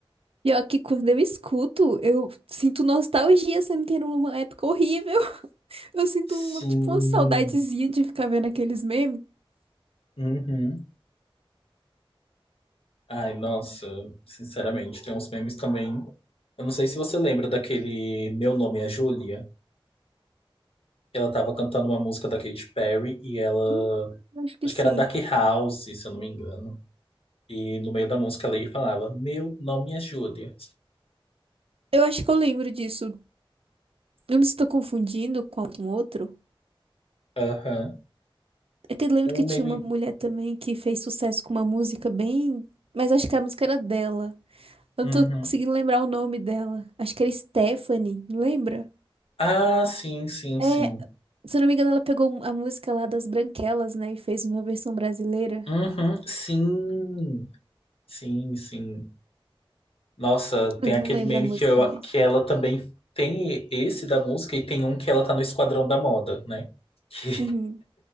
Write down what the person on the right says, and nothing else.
Pior que quando eu escuto, eu sinto nostalgia, sendo que era uma época horrível. Eu sinto
uma, tipo, uma saudadezinha de ficar vendo aqueles memes.
Hum, acho que
sim.
Eu acho que eu lembro disso. Eu não sei se tô confundindo com algum outro.
É que eu lembro
que
tinha uma mulher também que fez sucesso com uma música bem. Mas acho que a música era dela. Eu
não tô conseguindo lembrar o nome dela. Acho que era Stephanie, não lembra?
É,
se eu não me engano, ela pegou a música lá das Branquelas, né? E fez uma versão brasileira.
Eu não
lembro
a música
mais.
Uhum.